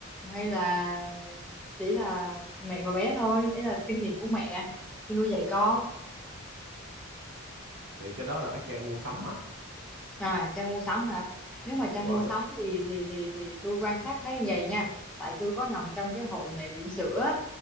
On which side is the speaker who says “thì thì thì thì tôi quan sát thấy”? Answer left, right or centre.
Centre